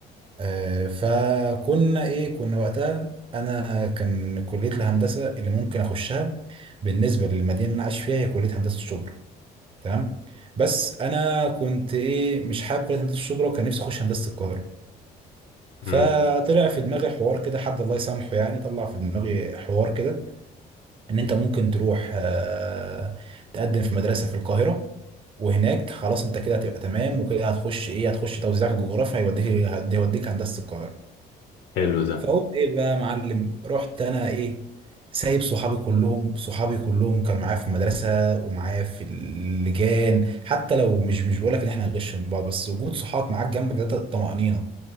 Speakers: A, on the right; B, on the left.
A: آه فكنا ايه كنا وقتها انا كان كليه الهندسه اللي ممكن اخشها بالنسبه للمدينه اللي انا عايش فيها هي كليه هندسه الشبرا تمام بس انا كنت ايه مش حابب كليه هندسه الشبرا وكان نفسي اخش هندسه القاهره فطلع
B: امم
A: في دماغي حوار كده حد الله يسامحه يعني طلع في دماغي حوار كده ان انت ممكن تروح آه تقدم في مدرسه في القاهره وهناك خلاص انت كده هتبقى تمام وكده هتخش ايه هتخش توزيع جغرافيا هيوديك هيوديك هندسه القاهره
B: حلو ده
A: فاقوم ايه بقى يا معلم رحت انا ايه سايب صحابي كلهم صحابي كلهم كانوا معايا في المدرسه ومعايا في اللجان حتى لو مش مش بقول لك ان احنا هنغش من بعض بس وجود صحاب معاك جنبك ده طمأنينه